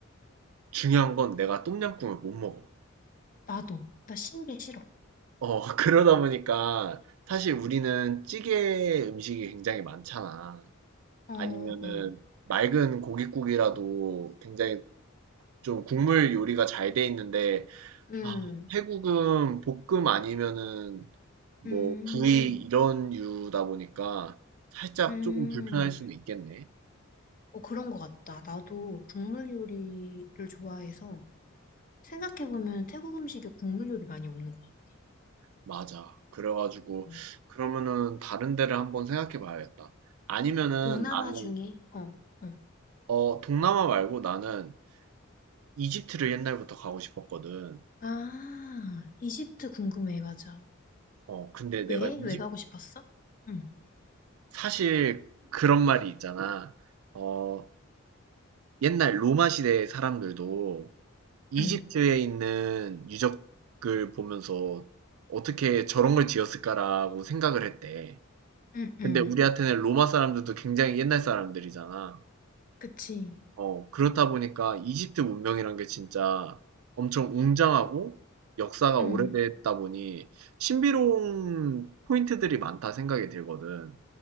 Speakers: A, on the right (about 80°); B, on the left (about 40°).
A: 중요한 건 내가 똠양꿍을 못 먹어.
B: 나도. 나 신게 싫어.
A: 어, <laughs> 그러다 보니까 사실 우리는 찌개 음식이 굉장히 많잖아.
B: 어,
A: 아니면은
B: 어.
A: 맑은 고깃국이라도 굉장히 좀 국물 요리가 잘 돼 있는데,
B: 음,
A: 아, 태국은 볶음 아니면은 뭐
B: 음,
A: 구이 이런 유다 보니까 살짝
B: 음.
A: 조금 불편할 수는 있겠네.
B: 어, 그런 거 같다. 나도 국물 요리를 좋아해서 생각해보면 태국 음식에 국물 요리 많이 없는 것 같아.
A: 맞아. 그래가지고
B: 어.
A: 그러면은 다른 데를 한번 생각해 봐야겠다. 아니면은
B: 동남아
A: 나는
B: 중에, 어, 어.
A: 어 동남아 말고 나는 이집트를 옛날부터 가고 싶었거든.
B: 아, 이집트 궁금해. 맞아.
A: 어 근데
B: 왜?
A: 내가 이집
B: 왜 가고 싶었어? 응,
A: 사실 그런 말이 있잖아. 어 옛날 로마 시대 사람들도 이집트에
B: 응,
A: 있는 유적을 보면서 어떻게 저런 걸 지었을까라고 생각을 했대.
B: 응,
A: 근데
B: 응.
A: 우리한테는 로마 사람들도 굉장히 옛날 사람들이잖아.
B: 그치.
A: 어, 그렇다 보니까 이집트 문명이란 게 진짜 엄청 웅장하고 역사가 오래됐다
B: 응.
A: 보니 신비로운 포인트들이 많다 생각이 들거든.